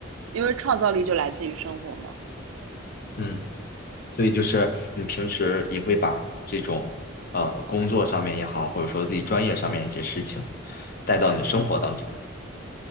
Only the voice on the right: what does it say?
因为创造力就来自于生活嘛，